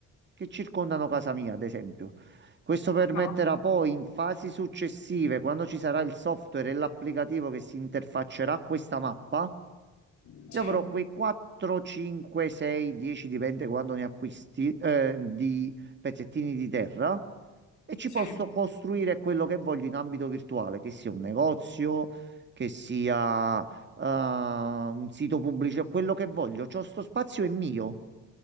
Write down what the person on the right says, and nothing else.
che circondano casa mia, ad esempio. Questo permetterà
poi in fasi successive, quando ci sarà il software e l'applicativo che si interfaccerà a questa mappa,
io avrò quei 4, 5, 6, 10, dipende quando ne acquisti, eh, di pezzettini di terra e ci
posso costruire quello che voglio in ambito virtuale, che sia un negozio, che sia, eh, un sito pubblico, quello che voglio. C'ho sto spazio è mio,